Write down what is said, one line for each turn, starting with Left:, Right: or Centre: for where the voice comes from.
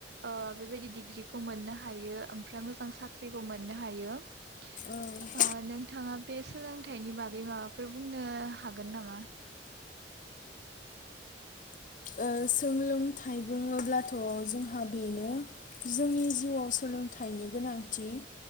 Right: ओ बेबायदि डिग्रिखौ मोननो हायो ओमफ्राय मोजां साख्रिखौ मोननो हायो ओ
Left: औ
Right: नोंथाङा बे सोलोंथाइनि बागै माबाफोर बुंनो हागोन नामा?
Left: ओ सोलोंथाइ बुङोब्लाथ' जोंहा बेनो जोंनि जिउआव सोलोंथाइनि गोनांथि